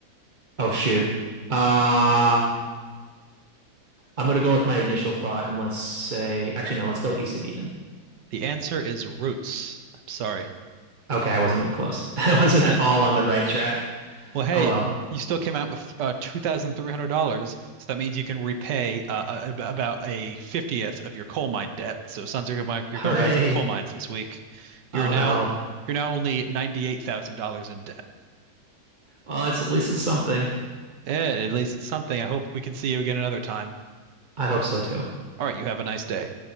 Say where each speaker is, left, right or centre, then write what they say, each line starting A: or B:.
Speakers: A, on the right; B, on the right.
A: Oh shoot. Uh, I'm gonna go with my initial thought and let's say, actually no, let's go East of Eden.
B: The answer is Roots. I'm sorry.
A: Okay, I wasn't even close. <laughs> I wasn't
B: <laughs>
A: at all on the right track.
B: Well, hey,
A: Oh well.
B: you still came out with uh, $2,300, so that means you can repay uh, a- about a 50th of your coal mine debt. So it sounds like you're going back, you're
A: Hooray.
B: going back to the coal mines this week. You're
A: Oh
B: now
A: no.
B: you're now only $98,000 in debt.
A: Well, it's at least it's something.
B: Eh, at least it's something. I hope we can see you again another time.
A: I hope so too.
B: All right, you have a nice day.